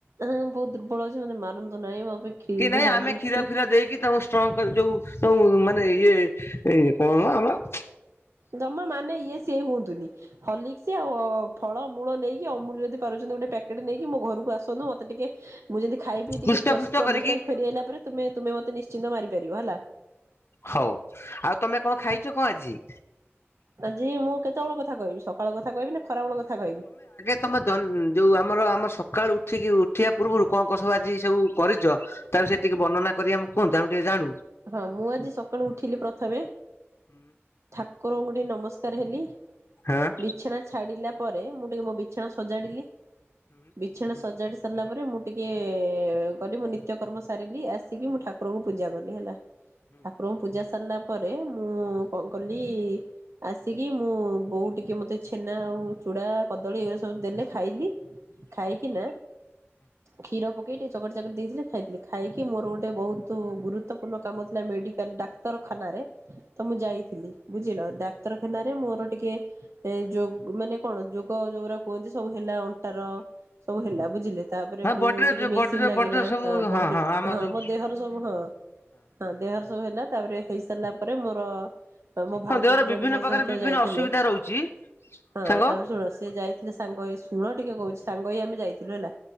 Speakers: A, on the right (about 80°); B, on the left (about 65°).
A: ଏଁ ମୁଁ ବହୁତ ଦୁର୍ବଳ ଅଛି ମତେ ମାରନ୍ତୁ ନାହିଁ ମୋ ପାଇଁ କ୍ଷୀର୍
B: କି ନାଇଁ
A: ହର୍ଲିକ୍ସ
B: ଆମେ କ୍ଷୀର ଫିର ଦେଇକି ତାଙ୍କୁ ଷ୍ଟ୍ରଙ୍ଗ କରେ ଯୋଉ ଯୋଉ ମାନେ ଇଏ ଏଁ କଣ ଆମର
A: ଜମା ମାନେ ଇଏ ସିଏ ହୁଅନ୍ତୁନି। ହର୍ଲିକ୍ସ ଆଉ ଓ ଫଳ ମୂଳ ନେଇକି ଅମୂଲ ଯଦି ପାରୁଛନ୍ତି ଗୋଟେ ପ୍ୟାକେଟ ନେଇକି ମୋ ଘରକୁ ଆସନ୍ତୁ ମତେ ଟିକେ ମୁଁ ଯେମିତି ଖାଇ ପିଇ
B: ହୃଷ୍ଟ
A: ଟିକେ ସ୍ଵସ୍ଥ
B: ଫୃଷ୍ଟ କରିକି
A: ଅବସ୍ଥାକୁ ଫେରିଆଇଲା ପରେ ତୁମେ ତୁମେ ମତେ ନିଶ୍ଚିନ୍ତ ମାରି ପାରିବ ହେଲା।
B: ହଉ, ଆଉ ତମେ କଣ ଖାଇଚ କଣ ଆଜି?
A: ଆଜି ମୁଁ କେତେବେଳ କଥା କହିବି ସକାଳ କଥା କହିବି ନା ଖରାବେଳ କଥା କହିବି?
B: ତମ ଦନ୍ ଯୋଉ ଆମର ଆମ ସକାଳୁ ଉଠିକି ଉଠିବା ପୂର୍ବରୁ କଣ କଣ ସବୁ ଆଜି ସବୁ କରିଚ ତା ବିଷୟରେ ଟିକେ ବର୍ଣ୍ଣନା କରି ଆମକୁ କୁହନ୍ତୁ ଆମେ ଟିକେ ଜାଣୁ?
A: ହଁ ମୁଁ ଆଜି ସକାଳୁ ଉଠିଲି ପ୍ରଥମେ ଠାକୁରଙ୍କୁ ଟିକେ ନମସ୍କାର ହେଲି
B: ହଁ
A: ବିଛଣା ଛାଡିଲା ପରେ ମୁଁ ଟିକେ ମୋ ବିଛଣା ସଜାଡିଲି ବିଛଣା ସଜାଡି ସାରିଲା ପରେ ମୁଁ ଟିକେ ଏ କଲି ମୁଁ ନିତ୍ୟ କର୍ମ ସାରିଲି ଆସିକି ମୁଁ ଠାକୁରଙ୍କୁ ପୂଜା କଲି ହେଲା ଠାକୁରଙ୍କୁ ପୂଜା ସାରିଲା ପରେ ମୁଁ କଣ କଲି ଆସିକି ମୁଁ ବୋଉ ଟିକେ ମତେ ଛେନା ଆଉ ଚୁଡା କଦଳୀ ଏଗଡ଼ା ସ ସବୁ ଦେଲେ ଖାଇଲି ଖାଇକି ନା କ୍ଷୀର ପକେଇ ଟିକିଏ ଚକଟ ଚାକୁଡ଼ି ଦେଇଥିଲେ ଖାଇଥିଲି, ଖାଇକି ମୋର ଗୋଟେ ବହୁତ ଗୁରୁତ୍ୱ ପୂର୍ଣ୍ଣ କାମଥିଲା ମେଡିକାଲ ଡାକ୍ତରଖାନାରେ ତ ମୁଁ ଯାଇଥିଲି ବୁଝିଲ, ଡାକ୍ତର ଖେନାରେ ମୋର ଟିକେ ଏ ଯୋ ଗ ମାନେ କଣ ଯୋଗ ଯୋଉ ଗୁଡା କୁହନ୍ତି ସବୁ ହେଲା ଅଣ୍ଟାର ସବୁ ହେଲା ବୁଝିଲେ? ତାପରେ ମୁଁ
B: ବଡିର
A: ଟିକେ ମେସିନ୍
B: ବଡିର
A: ଲାଗିଲା
B: ବଡିର ସବୁ
A: ହଁ ବଡି
B: ଆମ
A: ହଁ
B: ସବୁ
A: ମୋ ଦେହର ସବୁ ହଁ। ହଁ ଦେହର ସବୁ ହେଲା ତାପରେ ହେଇ ସାରିଲା ପରେ ମୋର ମୋ
B: ହଁ
A: ଭାଉଜ
B: ଦେହର
A: ବି
B: ବିଭିନ୍ନ
A: ଜଣେ ମୋ
B: ପ୍ରକାର
A: ସହିତ
B: ବିଭିନ୍ନ
A: ଯାଇଥିଲେ
B: ଅସୁବିଧା ରହୁଛି
A: ହଁ
B: ସାଙ୍ଗ
A: ତାପରେ ଶୁଣ ସିଏ ଯାଇ ଥିଲେ ସାଙ୍ଗ ଶୁଣ ଟିକେ କହୁଛି ସାଙ୍ଗ ହେଇ ଆମେ ଯାଇଥିଲୁ ହେଲା